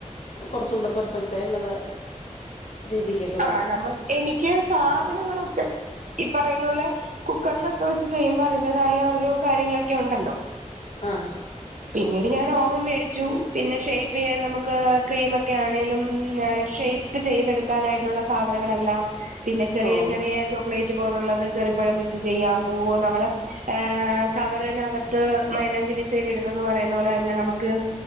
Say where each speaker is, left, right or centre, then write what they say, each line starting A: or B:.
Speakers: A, on the left (about 60°); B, on the right (about 80°).
A: കുറച്ചൂടെ പെർഫെക്റ്റ് ആയി എന്നുള്ള രീതിക്ക്
B: ആഹ് നമ്മ എനിക്ക് സാധനങ്ങളൊക്കെ ഈ പറയുന്ന പോലെ കുക്കറിലൊക്കെ വെച്ച് ചെയ്യുമ്പോ അതിന്റേതായ ഓരോ കാര്യങ്ങളൊക്കെ ഉണ്ടല്ലോ
A: ആഹ്
B: പിന്നീട് ഞാൻ ഓവൻ മേടിച്ചു പിന്നെ ഷെയ്പ് ചെയ്യാൻ നമുക്ക് ക്രീമൊക്കെ ആണെങ്കിലും ഷെ ചെയ്തെടുക്കാനായിട്ടുള്ള സാധനങ്ങളെല്ലാം പിന്നെ ചെറിയ
A: ഓ
B: ചെറിയ ചോക്ലേറ്റ് പോലുള്ളത് ചെറിപ്പഴം വെച്ച് ചെയ്യാൻ പോവോ നമ്മള് ഏഹ് കവറിനകത്ത് മൈലാഞ്ചി ഡിസൈൻ ഇടുന്നന്ന് പറയുന്ന പോലെ പിന്നെ നമുക്ക്